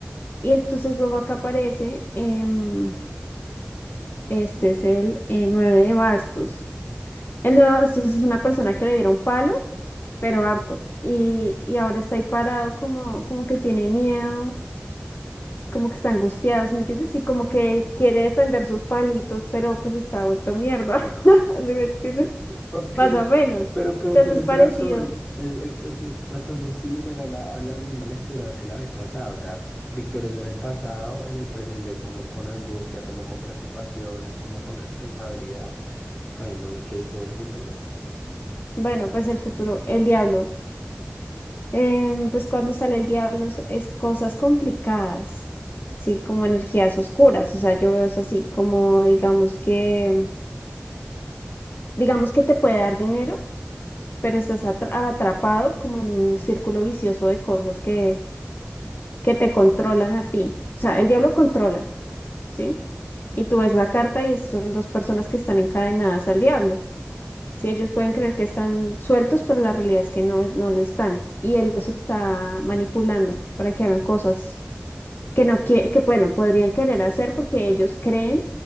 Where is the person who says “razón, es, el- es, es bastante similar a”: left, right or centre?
Left